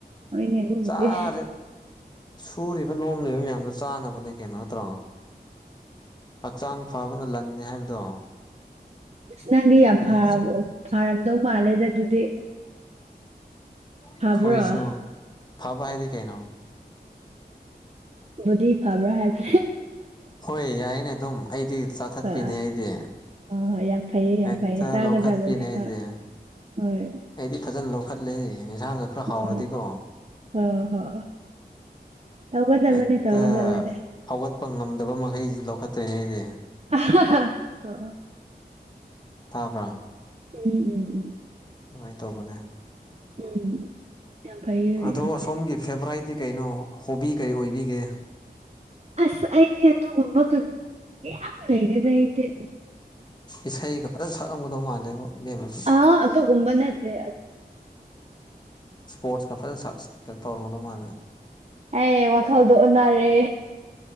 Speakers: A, on the right; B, on the left.
A: ꯑꯩꯅꯦ ꯑꯗꯨꯗꯤ
B: ꯆꯥꯔꯦ ꯁꯨꯔꯤꯕ ꯅꯣꯝꯂꯤꯕ ꯃꯌꯥꯝꯗꯣ ꯆꯥꯅꯕꯅꯦ ꯀꯩꯅꯣ ꯅꯠꯇ꯭ꯔꯣ ꯍꯛꯆꯥꯡ ꯐꯕꯅ ꯂꯟꯅꯤ ꯍꯥꯏꯕꯗꯣ
A: ꯅꯗꯤ
B: ꯍꯣꯏ
A: ꯐ ꯐꯔ ꯃꯥꯂꯦꯗ ꯑꯗꯨꯗꯤ ꯐꯕ꯭ꯔꯣ
B: ꯑꯩꯈꯣꯏꯁꯨ ꯐꯕ ꯍꯥꯏꯗꯤ ꯀꯩꯅꯣ
A: ꯕꯣꯗꯤ ꯐꯕ꯭ꯔꯥ ꯍꯥꯏꯕ
B: ꯍꯣꯏ ꯌꯥꯏꯅꯦ ꯑꯗꯨꯝ ꯑꯩꯗꯤ ꯆꯥꯊꯠ
A: ꯍꯣꯏ
B: ꯄꯤꯅꯦ ꯑꯩꯗꯤ
A: ꯍꯣꯏ ꯌꯥꯝ ꯐꯩꯌꯦ ꯌꯥꯝ
B: ꯍꯤꯛꯇ
A: ꯐꯩꯌꯦ ꯆꯥꯒꯗꯕꯅꯦ
B: ꯂꯧꯈꯠ ꯄꯤꯅꯦ ꯑꯩꯗꯤ
A: ꯍꯣꯏ ꯍꯣꯏ
B: ꯑꯩꯗꯤ ꯐꯖꯅ ꯂꯧꯈꯠꯂꯦ ꯌꯦꯟꯁꯥꯡꯒ ꯈꯔ ꯍꯥꯎꯔꯗꯤꯀꯣ
A: ꯍꯣꯏ ꯍꯣꯏ ꯍꯣꯏ ꯇꯧꯒꯗꯕꯅꯦ
B: ꯍꯦꯛꯇ
A: ꯇꯧꯒꯗꯕꯅꯦ
B: ꯍꯧꯒꯠꯄ ꯉꯝꯗꯕ ꯃꯈꯩ ꯂꯧꯈꯠꯇꯣꯏꯅꯦ ꯑꯩꯗꯤ
A: ꯑꯍꯥ ꯍꯥ
B: ꯊꯥꯕ꯭ꯔꯥ
A: ꯎꯝ ꯎꯝ ꯎꯝ
B: ꯑꯗꯨꯃꯥꯏꯅ ꯇꯧꯕꯅꯦ
A: ꯎꯝ ꯌꯥꯝ ꯐꯩꯌꯦ
B: ꯑꯗꯣ
A: ꯌꯥꯝ ꯐꯩꯌꯦ
B: ꯑꯁꯣꯝꯒꯤ ꯐꯦꯕ꯭ꯔꯥꯏꯠꯇꯤ ꯀꯩꯅꯣ ꯍꯣꯕꯤ ꯀꯔꯤ ꯑꯣꯏꯕꯤꯒꯦ
A: ꯑꯁ ꯑꯩꯗꯤ ꯑꯗꯨꯒꯨꯝꯕ ꯌꯥꯝ ꯂꯩꯗꯦꯅ ꯑꯩꯗꯤ
B: ꯏꯁꯩꯒ ꯐꯖꯅ ꯁꯛꯂꯝꯒꯗꯧ ꯃꯥꯜꯂꯦꯕꯣ ꯏꯕꯦꯝꯃꯁꯦ
A: ꯑ ꯑ ꯑꯗꯨꯀꯨꯝꯕ ꯅꯠꯇꯦ
B: ꯁꯄꯣꯔꯠꯁ ꯀ ꯐꯖꯅ ꯀꯩꯅꯣ ꯇꯧꯔꯝꯗ ꯃꯥꯥꯟꯅꯦ
A: ꯑꯦ ꯋꯥꯈꯜꯗꯣ ꯑꯣꯟꯅꯔꯦ